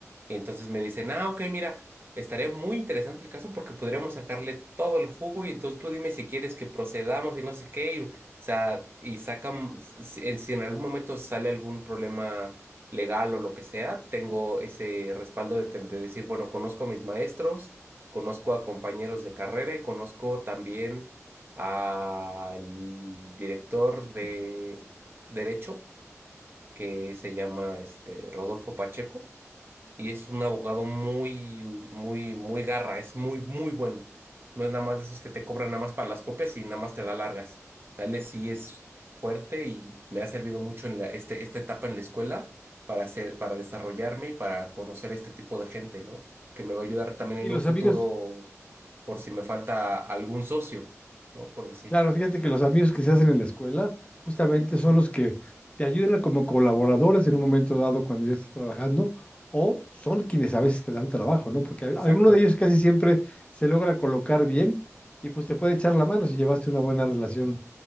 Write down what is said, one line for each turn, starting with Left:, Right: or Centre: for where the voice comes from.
Right: Y entonces me dicen, ah, ok, mira, estaría muy interesante el caso porque podríamos sacarle todo el jugo y entonces tú dime si quieres que procedamos y no sé qué. y, o sea, y sacan, si en, si en algún momento sale algún problema legal o lo que sea, tengo ese respaldo de, te- de decir, bueno, conozco a mis maestros, conozco a compañeros de carrera y conozco también al director de Derecho, que se llama este, Rodolfo Pacheco y es un abogado muy, muy, muy garra, es muy, muy bueno. No es nada más de esos que te cobran nada más para las copias y nada más te da largas. Tal vez sí es fuerte y me ha servido mucho en la, este, esta etapa en la escuela para hacer, para desarrollarme y para conocer este tipo de gente, ¿no? Que me va a ayudar también en
Left: y los
Right: un futuro
Left: amigos
Right: por si me falta algún socio, ¿no? Por decir.
Left: Claro, fíjate que los amigos que se hacen en la escuela justamente son los que te ayudan como colaboradores en un momento dado cuando ya estás trabajando o son quienes a veces te dan trabajo, ¿no? Porque a-
Right: Exacto.
Left: alguno de ellos casi siempre se logra colocar bien y pues te puede echar la mano si llevaste una buena relación